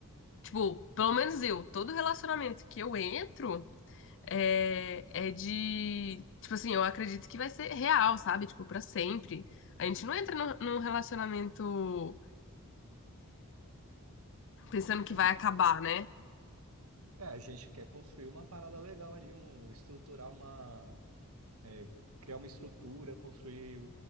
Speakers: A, on the left (about 60°); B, on the right (about 70°).
A: Tipo, pelo menos eu, todo relacionamento que eu entro é, é de. Tipo assim, eu acredito que vai ser real, sabe? Tipo, pra sempre. A gente não entra no- num relacionamento pensando que
B: Hum.
A: vai acabar, né?
B: É, a gente quer construir uma parada legal ali, um, estruturar uma, é, criar uma estrutura, construir o,